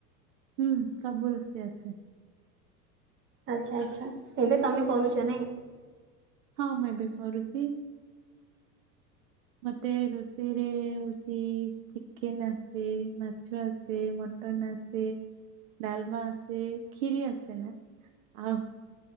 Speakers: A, on the right; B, on the right.
A: ହୁଁ ସବୁ ରୋଷେଇ ଆସେ।
B: ଆଛା ଆଛା ଏବେ ତମେ କରୁଛ ନାଇଁ।
A: ହଁ ମୁଁ ଏବେ କରୁଚି। ମତେ ରୋଷେଇରେ ହଉଛି ଚିକେନ ଆସେ, ମାଛ ଆସେ, ମ ମଟନ ଆସେ, ଡାଲମା ଆସେ, ଖିରି ଆସେନା। ଆଉ